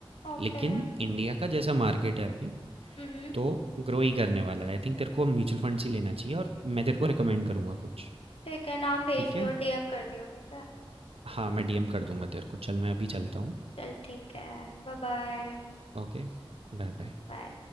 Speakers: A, on the left; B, on the right.
A: okay
B: लेकिन इंडिया का जैसा मार्केट है अभी
A: हम्म
B: तो ग्रो ही करने वाला है आई थिंक तेरे को म्यूचुअल फंड्स ही लेना चाहिए और मैं तेरे को रिकमेंड करूँगा कुछ
A: ठीक है नाम भेज
B: ठीक है
A: दियो डीएम कर दियो ठीक है
B: हाँ मैं डीएम कर दूंगा तेरे को चल मैं अभी चलता हूँ
A: चल ठीक है Bye bye
B: Okay bye bye
A: bye